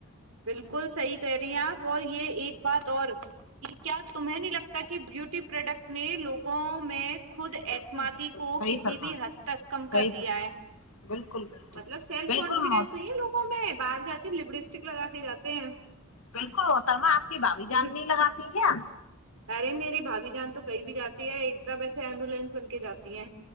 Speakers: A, on the right (about 75°); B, on the left (about 80°).
A: بالکل صحیح کہ رہ ہیں آپ اور یہ ایک بات اور کہ کیا تمہیں نہیں لگتا کہ بیوٹی پروڈکٹ نے لوگ میں خود اعتمادی
B: بالکل بالکل
A: کو
B: صحیح
A: کسی
B: فرما
A: بھی
B: رہی
A: حد تک کم
B: صحیح
A: کر دیا
B: فرما
A: ہے
B: رہی، بالکل بالکل
A: مطلب سیلف
B: بالکل
A: کانفیڈینس
B: محت
A: نہیں ہے لوگوں میں باہر جاتے لبسٹک لگا کے جاتے ہیں
B: بالکل محترما آپ کی بھابھی جان
A: لپسٹک
B: نہیں لگاتی کیا
A: ارے میری بھابھی جان تو کہیں بھی جاتی ہے ایک دم ویسے ایمبولینس بن کے جاتی ہیں